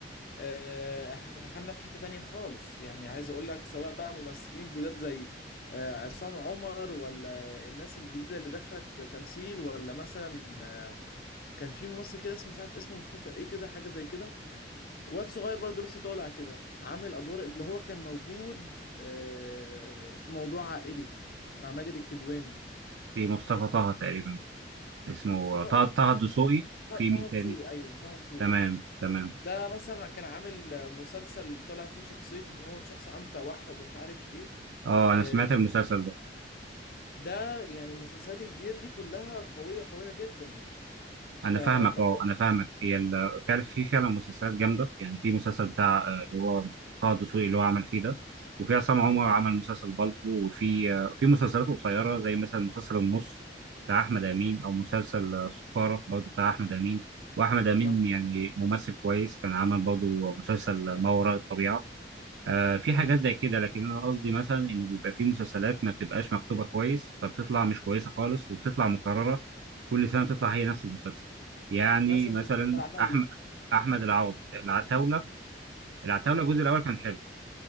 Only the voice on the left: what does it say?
آه، احنا دخلنا في حتة تانية خالص يعني عايز اقول لك سواء بقى ممثلين جداد زي آه، عصام عمر ولا الناس الجديدة اللي دخلت تمثيل ولا مثلا آه، كان في ممثل كده اسمه مش عارف اسمه مصطفى ايه كده حاجه زي كده واد صغير برضه لسه طالع كده عامل ادوار اللي هو كان موجود آه، في موضوع عائلي مع ماجد الكدواني
مصطفى
آه، طه
دسوقي ايوه طه دسوقي
ده مثلا كان عامل مسلسل طالع فيه شخصيه ان هو شخص عنده توحد ومش عارف ايه
آه،
ده يعني المسلسلات الجديده دي كلها قويه قويه جدا يعني فبحس
مم.
مثلا
مثلا
مثلا
زي العتاوله